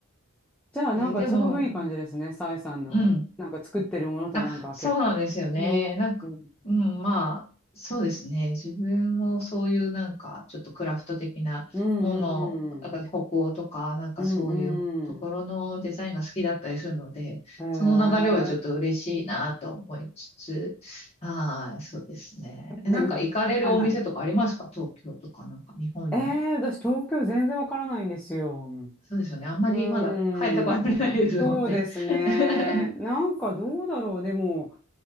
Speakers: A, in the centre; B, on the left (about 30°).
A: じゃあ、なんかちょうどいい感じですね。
B: えーでも、
A: サイさんの、
B: うん。
A: なんか作ってるものとなんか結
B: あ、そうなんですよね。
A: 構。うん、
B: なんか、
A: うん、
B: うん、まあ、そうですね。自分もそういうなんか、ちょっとクラフト的なもの、
A: うん、うん、
B: なんか北欧とか、
A: うん。
B: なんかそういうところのデザインが好きだったりするので、
A: うんうんへ
B: その流れはちょっと嬉しいなと思いつつ、はい、そうですね。えなんか行かれるお店とかありますか東京とかなんか日本に。
A: え。で、う、はいはい。ええ私東京全然わからないんですよ。う
B: そうですよね。あんまりまだ変えてこられないですもんね。
A: ーん。そうですね。
B: <laughs>
A: なんかどうだろう。でも、